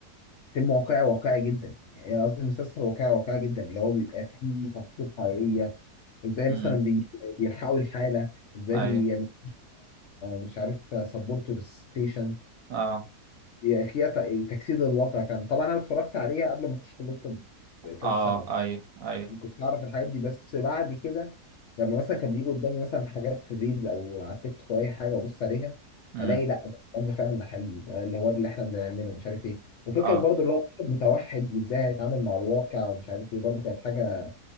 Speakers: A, on the left (about 65°); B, on the right (about 65°).
A: فيلم واقعي واقعي جدا يعني قصدي المسلسل واقعي واقعي جدا اللي هو بيبقى فيه تفاصيل حقيقيه ازاي مثلا
B: امم
A: بي- بيلحقوا الحاله ازاي
B: ايوه
A: بيعملوها مش عارف سبورت للستيشن
B: اه
A: بيبقى فيها ت- تجسيد للواقع كان طبعا انا اتفرجت عليها قبل ما اخش كليه الطب في ثالثه
B: اه
A: ثانوي
B: ايوه ايوه
A: ما كنتش اعرف الحاجات دي بس بعد كده لما مثلا كان بيجي قدامي مثلا حاجات في الريلز او على التيك توك او اي حاجه وابص عليها
B: امم
A: الاقي لا ده الكلام ده فعلا ده حقيقي ده اللي هو اللي احنا بنعمله مش عارف ايه وفكره
B: اه
A: برضو اللي هو الواحد متوحد وازاي هيتعامل مع الواقع ومش عارف ايه برضو كانت حاجه